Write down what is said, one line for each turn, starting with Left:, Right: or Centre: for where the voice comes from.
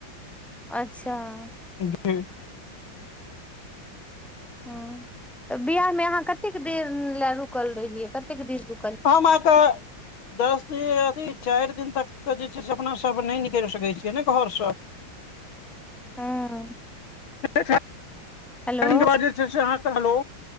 Centre: अच्छा!
Left: ह <inaudible>
Centre: ह तऽ बियाह मे अहाँ कतेक देर ले रुकल रहियै, कतेक देर रु
Left: हम अहाँके दस दिन, अथी चारि दिन तक त जे छै से, अपना सब नहि निकल सकै छियै ने घर सऽ।
Centre: हँ
Left: कह <inaudible> से चार
Centre: हेलो
Left: दिन के बाद, अहाँ के हलो!